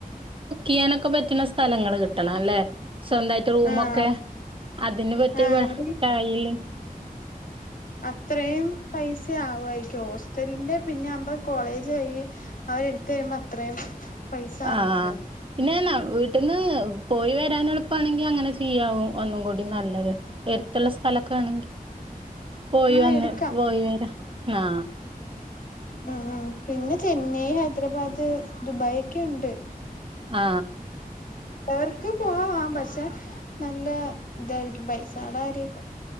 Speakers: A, on the right; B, on the left.
A: ിയാനൊക്കെ പറ്റുന്ന സ്ഥലങ്ങള്ൾ കിട്ടണം അല്ലെ സ്വന്തമായിട്ട് റൂമൊക്കെ
B: ആഹ്
A: അതിനന് പറ്റി
B: ആഹ് അങ്ങനെ
A: കഴല്ലേ
B: അത്രയും പൈസ ആവുായിരിക്കും ഹോസ്റ്റലിന്റെ പിന്നെ ആുമ്പോ കോളേജ് കഴി അവരെ എടുത്ത വരുമ്പോ അത്രയും പൈസ കാണത്തില്ല
A: ആഹ പിന്നെ വീട്ടിൽന്ന് പോയി വരാനെളുപ്പാണെങ്കി അങ്ങനെ ചെയ്യാവും ഒന്നും കൂടി നല്ലത്. ഉള്ള സ്ഥലൊക്കാണെങ്കി പോയി
B: ആഹ്
A: വന്ന്
B: എടുക്കാം
A: പോയി വരാം. ആ
B: ഉം ഉം പിന്നെ ചെന്നൈ ഹൈദ്രബാദ് ദുബായൊക്കെ ഉണ്ട്.
A: ആ
B: എവർക്ക് പോവാം പക്ഷെ നല്ല ഇതാരിക്കും പൈസാടാര്യക്കെ.